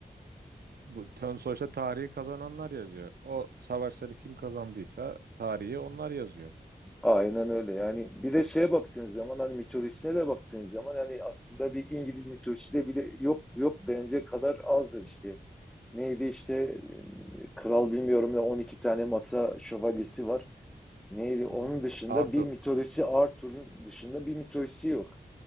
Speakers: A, on the right; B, in the centre.
A: Bu tön sonuçta tarihi kazananlar yazıyor. O savaşları kim kazandıysa tarihi onlar yazıyor.
B: Aynen öyle. Yani bir de şeye baktığınız zaman hani mitolojisine de baktığınız zaman yani aslında bir İngiliz mitolojide bile yok yok denecek kadar azdır işte. Neydi işte e, kral bilmiyorum ne 12 tane masa şövalyesi var. Neydi onun
A: Hı hı.
B: dışında
A: Arthur
B: bir mitolojisi Arthur'un dışında bir mitolojisi yok.